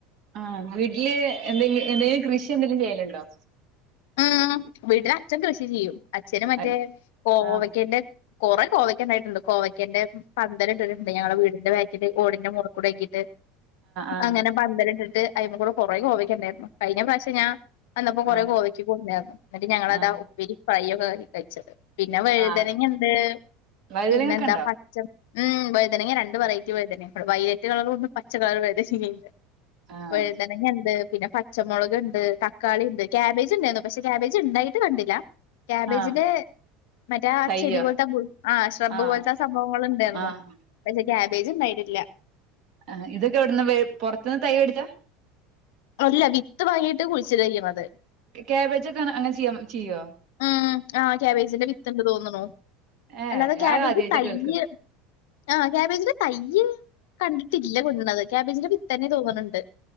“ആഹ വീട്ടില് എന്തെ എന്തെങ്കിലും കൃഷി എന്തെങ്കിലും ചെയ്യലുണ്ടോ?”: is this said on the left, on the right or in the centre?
Right